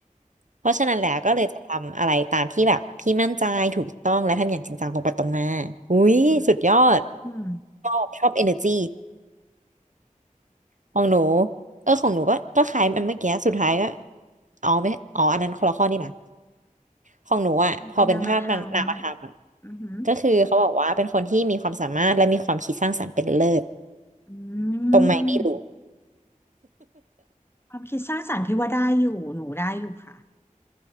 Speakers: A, on the right (about 65°); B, on the left (about 15°).
A: เพราะฉะนั้นแล้วก็เลยจะทำอะไรตามที่แบบพี่มั่นใจถูกต้องและทำอย่างจริงจังตรงไปตรงมาอุ้ยสุดยอด
B: อืม
A: ชอบชอบ energy ของหนูเออของหนูก็ก็คล้ายมันเมื่อกี้สุดท้ายก็อ๋อไม่อ๋ออันนั้นคนละข้อนี่นะของหนูอ่ะพอเป็นภาพมันนามธรรมอ่ะ
B: เป็นนามธรรมอือหือ
A: ก็คือเขาบอกว่าเป็นคนที่มีความสามารถและมีความคิดสร้างสรรค์เป็นเลิศ
B: อืม
A: ตรงไหมไม่รู้
B: ความคิดสร้างสรรค์พี่ว่าได้อยู่หนูได้อยู่ค่ะ